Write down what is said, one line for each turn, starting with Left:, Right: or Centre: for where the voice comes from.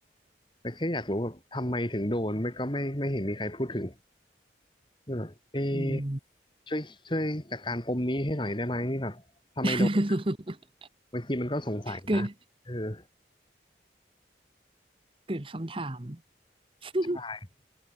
Left: แต่แค่อยากรู้ว่าทำไมถึงโดนไม่ก็ไม่ไม่เห็นมีใครพูดถึงเออเอะ
Right: อืม
Left: ช่วยช่วยจัดการปมนี้ให้หน่อยได้ไหมแบบทำไมโดน
Right: <laughs>
Left: บางทีมันก็สงสัยนะเออ
Right: เกิดเกิดคำถาม <laughs>
Left: ใช่